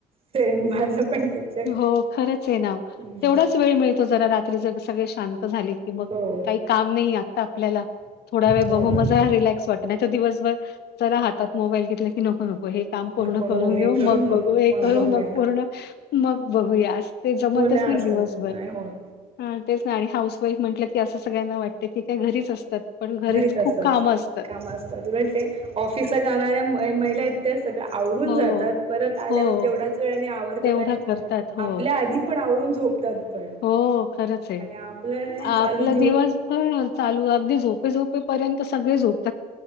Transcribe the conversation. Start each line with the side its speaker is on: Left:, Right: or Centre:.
Right: सेम माझं पण त्याच आहे.
Left: हो खरंच आहे नाव
Right: हम्म
Left: तेवढंच. वेळ मिळतो ज रात्री ज सगळे शांत झाली. क मग
Right: हो
Left: काही काम नाही आता आपल्याला थोडा वेळ
Right: हो.
Left: बघून म. क् वाट नाही दिवसभर जरा हातात मोईल घेत क नको नको. काम पूर्ण
Right: नको हो
Left: करून
Right: हे
Left: घेऊ
Right: करू
Left: मग बघू हे करू
Right: बघूया
Left: मग पूर्ण मग बघूया. ते जमतच
Right: हो
Left: नाही
Right: असत
Left: दिवसभर.
Right: नाही होत
Left: ह तेच नाही आणि हाऊस वाईफ म्हटलं की असं सगळ्यांना वाटतं की काय घरीच असतात. पण घरीच
Right: घरीत असतात
Left: खूप कामं असतात.
Right: काम असतात उलट ते. ऑफिसला जाणाऱ्या महिला आहेत त्या सगळ्या आवरून
Left: हो,
Right: जातात परत आल्यावर
Left: हो
Right: तेवढाच वेळ आणि आव.
Left: तेवढं
Right: आणि
Left: करतात हो.
Right: आपल्या आधी पण आवरून झोपतात. पण
Left: हो खरंच आहे
Right: आणि आपलं
Left: आपला
Right: चालू
Left: दिवसभर. चालू अगदी झोपे झोपेपर्यंत सगळे झोप.